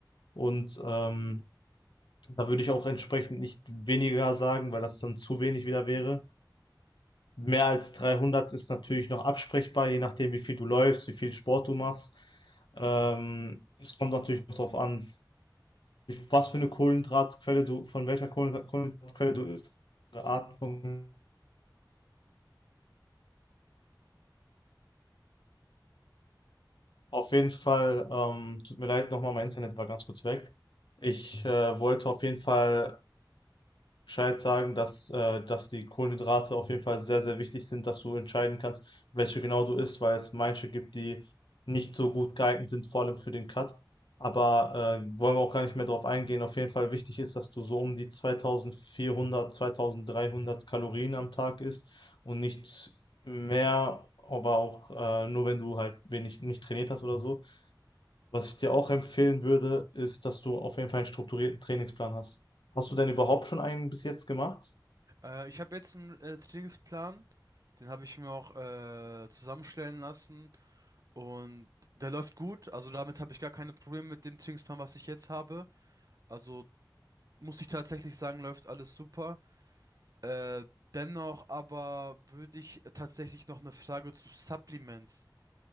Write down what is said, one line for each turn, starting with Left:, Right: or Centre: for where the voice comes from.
Left: Und ähm, da würde ich auch entsprechend nicht weniger sagen, weil das dann zu wenig wieder wäre. Mehr als 300 ist natürlich noch absprechbar, je nachdem, wie viel du läufst, wie viel Sport du machst. Ähm, es kommt natürlich auch darauf an, was für eine Kohlenhydratquelle du, von welcher Kohlen- Kohlenhydratquelle du isst. Diese Art von- Auf jeden Fall, ähm, tut mir leid, nochmal, mein Internet war ganz kurz weg. Ich äh, wollte auf jeden Fall Bescheid sagen, dass, äh, dass die Kohlenhydrate auf jeden Fall sehr, sehr wichtig sind, dass du entscheiden kannst, welche genau du isst, weil es manche gibt, die nicht so gut geeignet sind, vor allem für den Cut. Aber äh, wollen wir auch gar nicht mehr drauf eingehen. Auf jeden Fall wichtig ist, dass du so um die 2400, 2300 Kalorien am Tag isst und nicht mehr, aber auch äh, nur wenn du halt wenig nicht trainiert hast oder so. Was ich dir auch empfehlen würde, ist, dass du auf jeden Fall einen strukturierten Trainingsplan hast. Hast du denn überhaupt schon einen bis jetzt gemacht?
Right: Äh, ich habe jetzt einen äh, Trainingsplan, den habe ich mir auch äh, zusammenstellen lassen und der läuft gut. Also damit habe ich gar keine Probleme mit dem Trainingsplan, was ich jetzt habe. Also muss ich tatsächlich sagen, läuft alles super. Äh, dennoch aber würde ich tatsächlich noch eine Frage zu Supplements.